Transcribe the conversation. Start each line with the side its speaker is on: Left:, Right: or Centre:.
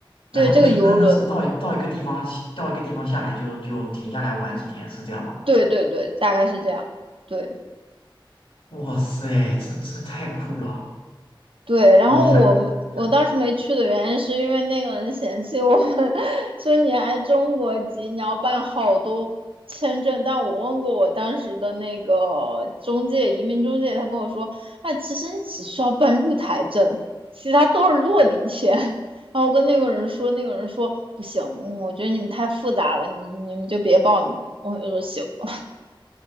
Left: 然后就是那那是到一到一个地方到一个地方下来就就停下来玩几天，
Right: 对，这个游轮。
Left: 是这样吗？
Right: 对对对，大概是这样。对
Left: 哇塞，这这太酷了！
Right: 对，然后我我当时没去的原因是因为那个人嫌弃我们，
Left: 我一想，想
Right: <laughs> 说你来中国籍，你要办好多签证。但我问过我当时的那个中介，移民中介，他跟我说，哎，其实你只需要办入台证，其他都是落地签。<laughs> 然后我跟那个人说，那个人说不行，嗯，我觉得你们太复杂了，你你们就别报名了。我就说行吧。